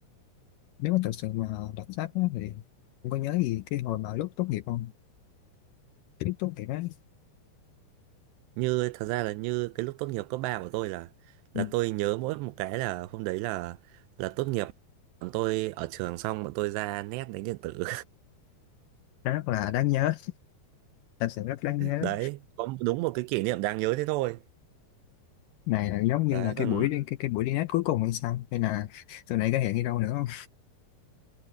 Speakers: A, on the left (about 85°); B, on the right (about 85°).
A: nếu mà thật sự mà đọc sách á, thì không có nhớ gì cái hồi mà lúc tốt nghiệp không Cái lúc tốt nghiệp á
B: như thật ra là như cái lúc tốt nghiệp cấp 3 của tôi là là
A: Ừ.
B: tôi nhớ mỗi một cái là hôm đấy là là tốt nghiệp bọn tôi ở trường xong bọn tôi ra nét đánh điện tử
A: rất là đáng nhớ thật sự rất đáng
B: <laughs>
A: nhớ
B: đấy có đúng một cái kỷ niệm đáng nhớ thế thôi
A: này là giống như
B: đấy
A: là cái
B: còn
A: buổi đi cái cái buổi đi nét cuối cùng hay sao hay là tụi này có hẹn đi đâu nữa không